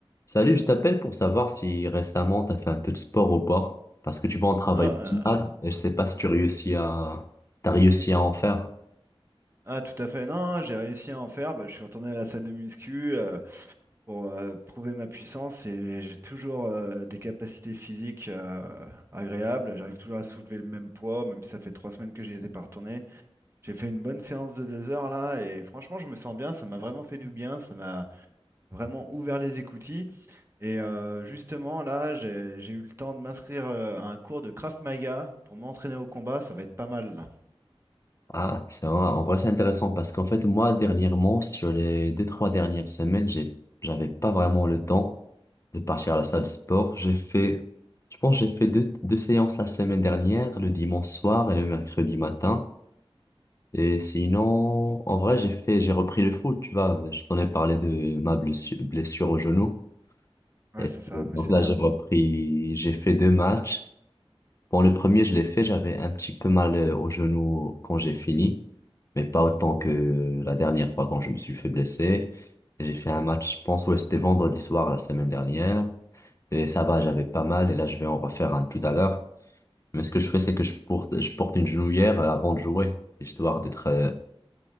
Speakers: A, on the left; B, on the right.
A: Salut, je t'appelle pour savoir si récemment tu as fait un peu de sport ou pas. Parce que tu vois, on travaille
B: Ah,
A: pas mal
B: euh,
A: et je sais pas si tu réussis à, t'as réussi à en faire.
B: ah, tout à fait, non, j'ai réussi à en faire. Bah, je suis retourné à la salle de muscu euh, pour euh, prouver ma puissance et j'ai toujours euh, des capacités physiques euh, agréables. J'arrive toujours à soulever le même poids, même si ça fait trois semaines que j'y étais pas retourné. J'ai fait une bonne séance de deux heures là et franchement, je me sens bien. Ça m'a vraiment fait du bien, ça m'a vraiment ouvert les écoutilles. Et euh, justement, là, j'ai j'ai eu le temps de m'inscrire euh, à un cours de Krav Maga pour m'entraîner au combat. Ça va être pas mal là.
A: Ah, c'est vrai. en vrai, c'est intéressant parce qu'en fait, moi, dernièrement, sur les deux, trois dernières semaines, j'ai, j'avais pas vraiment le temps de partir à la salle de sport. J'ai fait, je pense, que j'ai fait deux, deux séances la semaine dernière, le dimanche soir et le mercredi matin. Et sinon, en vrai, j'ai fait, j'ai repris le foot, tu vois. Je t'en ai parlé de ma blessu- blessure au genou.
B: Ouais,
A: Et
B: c'est
A: puis,
B: ça, mais
A: donc
B: c'est
A: là,
B: bien.
A: j'ai repris, j'ai fait deux matchs. Bon, le premier, je l'ai fait, j'avais un petit peu mal euh, au genou quand j'ai fini, mais pas autant que la dernière fois quand je me suis fait blesser. Et J'ai fait un match, je pense, ouais, c'était vendredi soir la semaine dernière. Et ça va, j'avais pas mal, et là, je vais en refaire un tout à l'heure. Mais ce que je fais, c'est que je porte, je porte une genouillère euh, avant de jouer, histoire d'être, euh,